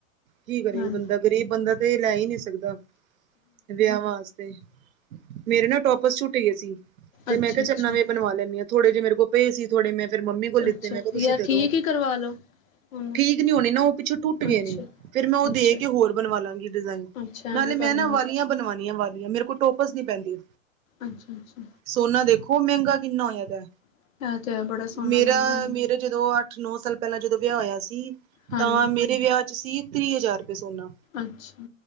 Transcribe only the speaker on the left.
ਹਾਂ
ਅੱਛਾ
ਅੱਛਾ
ਅੱਛਾ
ਯਾਰ
ਠੀਕ ਹੀ ਕਰਵਾ ਲਓ ਉਹਨੂੰ
ਅੱਛਾ
ਅੱਛਾ
ਅੱਛਾ
ਐਵੇਂ
ਕਰ ਲੈਣਾ
ਅੱਛਾ-ਅੱਛਾ।
ਇਹ ਤੇ ਹੈ ਬੜਾ ਸੋਹਣਾ
ਮਹਿੰਗਾ
ਹਾਂਜੀ
ਅੱਛਾ।